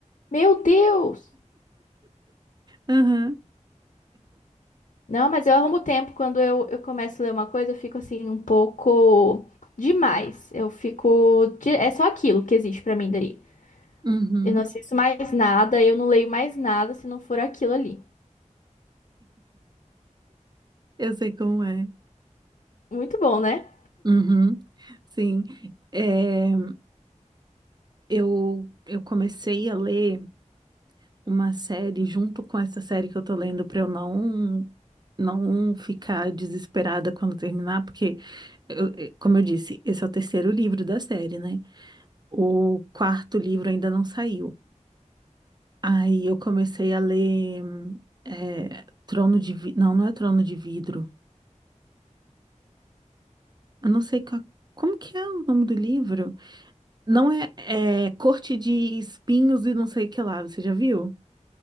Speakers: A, on the left; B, on the right.
A: Meu Deus!
B: Aham.
A: Não, mas eu arrumo tempo. Quando eu, eu começo a ler uma coisa, eu fico assim, um pouco demais. Eu fico. de- É só aquilo que existe pra mim daí.
B: Uhum.
A: Eu não assisto mais nada, eu não leio mais nada se não for aquilo ali.
B: Eu sei como é.
A: Muito bom, né?
B: Uhum. Sim. É, eu, eu comecei a ler uma série junto com essa série que eu tô lendo para eu não não ficar desesperada quando terminar, porque eu- eu- como eu disse, esse é o terceiro livro da série, né? O quarto livro ainda não saiu. Aí eu comecei a ler é, Trono de Vi... Não, não é Trono de Vidro. Eu não sei qual- como que é o nome do livro. Não é, é Corte de Espinhos e não sei o que lá. Você já viu?